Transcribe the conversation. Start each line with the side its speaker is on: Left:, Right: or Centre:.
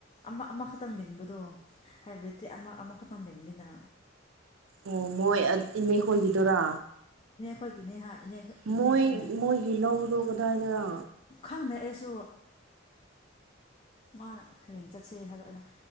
Left: ꯑꯃ ꯑꯃꯈꯛꯇꯪ ꯂꯤꯡꯕꯗꯣ ꯍꯥꯏꯕꯦꯇ ꯑ ꯑꯃꯃꯛ ꯈꯇꯪ ꯂꯩꯝꯕꯤꯅ
Right: ꯑꯣ ꯃꯣꯏ ꯏꯅꯦ ꯍꯣꯏꯒꯤꯗꯔꯥ
Left: ꯐꯒꯤꯅꯤ ꯍꯥꯏ ꯏꯅꯦ ꯏꯅꯦ
Right: ꯃꯣꯏ
Left: ꯑꯩꯈꯣꯏꯅ
Right: ꯃꯣꯏꯒꯤ ꯂꯧꯗꯣ ꯀꯗꯥꯏꯗꯅ
Left: ꯈꯪꯗꯦ ꯑꯩꯁꯨ ꯃꯥꯅ ꯍꯌꯦꯡ ꯆꯠꯁ ꯍꯥꯏꯕ ꯑꯩꯅ